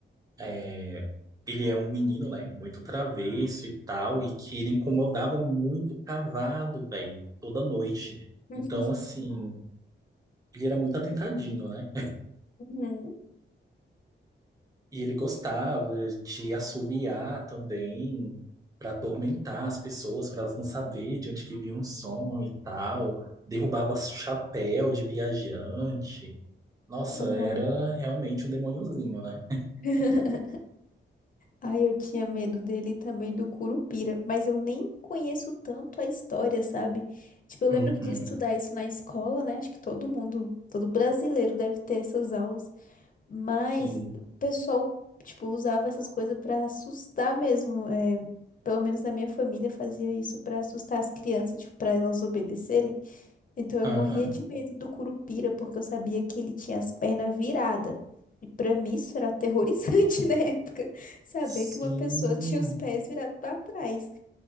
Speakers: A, on the right; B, on the left.
A: é, ele é um menino, né? Muito travesso e tal, e que ele incomodava muito o cavalo, velho, toda noite.
B: <laughs>
A: Então, assim, ele era muito atentadinho, né?
B: Uhum.
A: E ele gostava de assoviar também, para atormentar as pessoas, para elas não saber de onde que vinha um som e tal. Derrubava chapéu de viajante. Nossa,
B: Uhum.
A: era realmente um demôniozinho, né?
B: Uhum. Ai, eu tinha medo dele e também do Curupira, mas eu nem conheço tanto a história, sabe? Tipo, eu
A: Uhum,
B: lembro que de estudar isso na escola, né? Acho que todo mundo, todo brasileiro deve ter essas aulas. Mas
A: sim.
B: o pessoal, tipo, usava essas coisas pra assustar mesmo. é, pelo menos na minha família fazia isso pra assustar as crianças, tipo, para elas obedecerem. Então eu
A: Aham.
B: morria de medo do Curupira, porque eu sabia que ele tinha as pernas viradas. E pra mim isso era aterrorizante <laughs> na época, saber
A: Sim.
B: que uma pessoa tinha os pés virados pra trás.